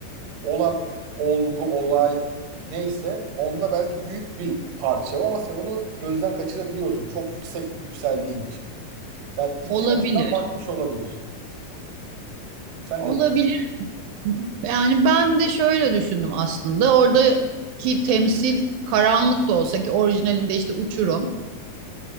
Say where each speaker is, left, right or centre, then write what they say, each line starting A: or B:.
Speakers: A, on the right; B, on the right.
A: olan olgu, olay neyse onda belki büyük bir parça o ama sen onu gözden kaçırabiliyorsun çok yüksek yükseldiğin için. Yani iki
B: Olabilir.
A: açıdan bakmış olabilir. Sen
B: Olabilir.
A: ne diyorsun?
B: Yani ben de şöyle düşündüm aslında. Oradaki temsil karanlık da olsa ki orijinalinde işte uçurum.